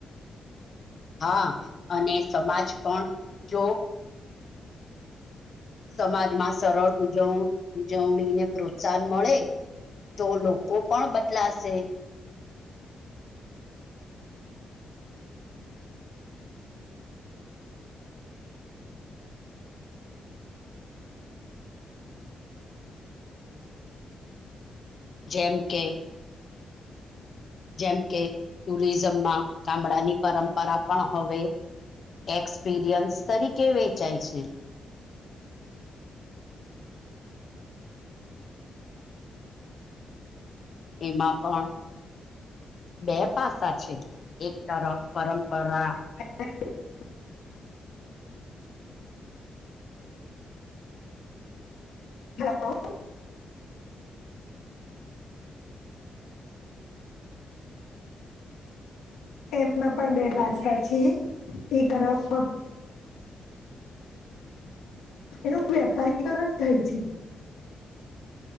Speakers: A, on the left; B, on the left.
A: હા, અને સમાજ પણ જો સમાજમાં સરળ ઉજવ ઉજવણી ને પ્રોત્સાહન મળે તો લોકો પણ બદલાશે જેમ કે જેમ કે ટુરિઝમમાં ગામડાની પરંપરા પણ હવે એક્સપિરિયન્સ તરીકે વેચાય છે. એમાં પણ બે પાસા છે એક તરફ પરંપરા
B: <inaudible> હલો! એમાં પણ બે ભાષા છે એ તરફ એનું વેપારીકરણ થાય છે.